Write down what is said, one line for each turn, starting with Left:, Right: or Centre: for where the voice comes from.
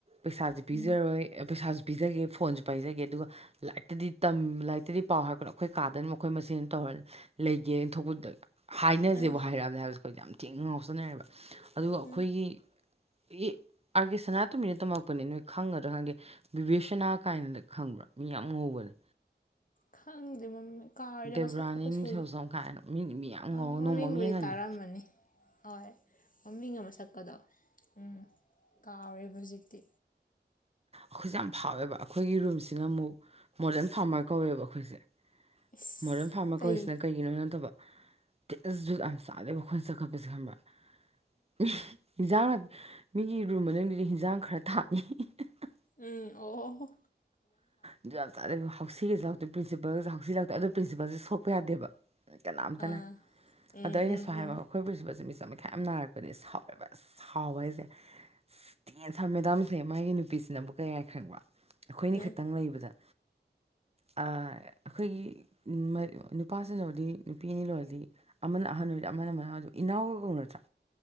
Right: ꯄꯩꯁꯥꯥꯁꯦ ꯄꯤꯖꯔꯣꯏ
Left: ꯎꯝ
Right: ꯑꯦ ꯄꯩꯁꯥꯁꯨ ꯄꯤꯖꯒꯦ ꯐꯣꯟꯁꯨ ꯄꯥꯏꯖꯒꯦ ꯑꯗꯨꯒ ꯂꯥꯏꯔꯤꯛꯇꯗꯤ ꯇꯝ ꯂꯥꯏꯔꯤꯛꯇꯗꯤ ꯄꯥꯎ ꯍꯥꯏꯔꯛꯀꯅꯣ ꯑꯩꯈꯣꯏ ꯀꯥꯗꯅ ꯑꯈꯣꯏ ꯃꯁꯦꯟ ꯇꯧꯔꯦ ꯂꯩꯒꯦꯅ ꯊꯣꯛꯄꯗꯨꯗ ꯍꯥꯏꯅꯁꯦꯕ
Left: ꯎꯝ
Right: ꯍꯥꯏꯔꯛꯑꯕꯅꯦ ꯍꯥꯏꯕ ꯑꯩꯈꯣꯏ ꯌꯥꯝ ꯊꯤꯅ ꯉꯥꯎꯁꯅꯔꯦꯕ ꯑꯗꯨꯒ ꯑꯈꯣꯏꯒꯤ
Left: ꯎꯝ
Right: ꯑꯦ ꯑꯥꯔꯀꯦ ꯁꯅꯥꯇꯣꯝꯕꯤꯗ ꯇꯝꯃꯛꯄꯅꯦ ꯅꯣꯏ ꯈꯪꯒꯗ꯭ꯔꯥ ꯈꯪꯗꯦ ꯕꯤꯕꯦꯁꯅꯥ ꯀꯥꯏꯅ ꯈꯪꯕ꯭ꯔꯥ ꯃꯤ ꯌꯥꯝ ꯉꯧꯕꯅꯤ
Left: ꯈꯪꯗꯦ ꯃꯃꯤ ꯀꯥꯎꯔꯦꯗ
Right: ꯗꯦꯕ꯭ꯔꯥꯅꯤ
Left: ꯃꯁꯛꯀ ꯑꯩꯈꯣꯏ ꯁ꯭ꯀꯨꯜꯒꯤ
Right: ꯁꯦꯜꯖꯝ ꯀꯥꯏꯅ ꯃꯤ ꯃꯤ ꯌꯥꯝ ꯉꯧꯔꯒ
Left: ꯑꯥ ꯃꯃꯤꯡꯕꯨꯗꯤ
Right: ꯅꯣꯡꯃ ꯑꯃ ꯌꯦꯡꯍꯟꯒꯦ
Left: ꯇꯥꯔꯝꯃꯅꯤ ꯑꯣꯏ ꯃꯃꯤꯡ ꯒ ꯃꯁꯛꯀꯗꯣ ꯎꯝ ꯀꯥꯎꯔꯦꯕ ꯍꯨꯖꯤꯛꯇꯤ
Right: ꯑꯩꯈꯣꯏꯁꯦ ꯌꯥꯝ ꯐꯥꯎꯋꯦꯕ ꯑꯩꯈꯣꯏꯒꯤ ꯔꯨꯝꯁꯤꯅ ꯑꯃꯨꯛ ꯃꯣꯗꯔꯟ ꯐꯥꯔꯃꯔ ꯀꯧꯋꯦꯕ ꯑꯩꯈꯣꯏꯁꯦ
Left: ꯏꯁ
Right: ꯃꯣꯗꯔꯟ ꯐꯥꯔꯃꯔ
Left: ꯀꯩ
Right: ꯀꯧꯔꯤꯁꯤꯅ ꯀꯩꯒꯤꯅꯣ ꯅꯠꯇꯕ ꯇꯦꯖꯨꯨ ꯌꯥꯝ ꯆꯥꯗꯦꯕ ꯑꯈꯣꯏꯁꯦ ꯆꯀꯠꯄꯁꯦ ꯈꯪꯕ꯭ꯔꯥ ꯎ ꯍꯨꯝ ꯖꯥꯡꯅ ꯃꯤꯒꯤ ꯔꯨꯝ ꯃꯅꯨꯡꯗꯨꯗ ꯏꯟꯖꯥꯡ ꯈꯔ ꯊꯥꯅꯤꯌꯦ ꯑ ꯍꯥꯍꯥ
Left: ꯎꯝ ꯑꯣ ꯑꯣ ꯍꯣ
Right: ꯖꯨꯠ ꯌꯥꯝ ꯆꯥꯗꯦ ꯍꯥꯎꯁꯤꯒꯁꯨ ꯂꯥꯎꯊꯠ ꯄ꯭ꯔꯤꯟꯁꯤꯄꯜꯒꯥꯁꯦ ꯍꯥꯎꯁꯤ ꯂꯥꯎꯊꯣꯛꯑꯦ ꯑꯗꯨ ꯄ꯭ꯔꯤꯟꯁꯤꯄꯜꯁꯦ ꯁꯣꯛꯄ ꯌꯥꯗꯦꯕ ꯀꯅꯥꯝꯇꯅ
Left: ꯑꯥ ꯎꯝ
Right: ꯑꯗꯣ ꯑꯩꯅꯁꯨ
Left: ꯎꯝ
Right: ꯍꯥꯏꯕ
Left: ꯎꯝ
Right: ꯑꯩꯈꯣꯏ ꯄ꯭ꯔꯤꯟꯁꯤꯄꯜꯁꯦ ꯃꯤꯆꯪ ꯃꯤ ꯈꯥꯏ ꯌꯥꯝ ꯅꯥꯏꯔꯛꯄꯅꯦ ꯁꯥꯎꯋꯦꯕ ꯑꯁ ꯁꯥꯎꯕ ꯍꯥꯏꯖꯦ ꯊꯤꯅ ꯁꯥꯎꯌꯦꯕ ꯃꯦꯗꯝ ꯃꯥꯒꯤ ꯅꯨꯄꯤꯁꯤꯅ ꯑꯃꯨꯛ ꯀꯩ ꯍꯥꯏ ꯈꯪꯕ꯭ꯔꯥ ꯑꯩꯈꯣꯏꯅꯤ
Left: ꯎꯝ
Right: ꯈꯇꯪ ꯂꯩꯕꯗ ꯑꯥ ꯑꯩꯈꯣꯏꯒꯤ ꯃꯔꯤ ꯅꯨꯄꯥꯁꯤꯅꯕꯨꯗꯤ ꯅꯨꯄꯤ ꯑꯅꯤ ꯂꯣꯜꯂꯗꯤ ꯑꯃꯅ ꯑꯍꯜ ꯑꯣꯏꯔꯗꯤ ꯑꯃꯅ ꯃꯅꯥ ꯏꯅꯥꯎꯒ ꯀꯧꯅꯗ꯭ꯔꯥ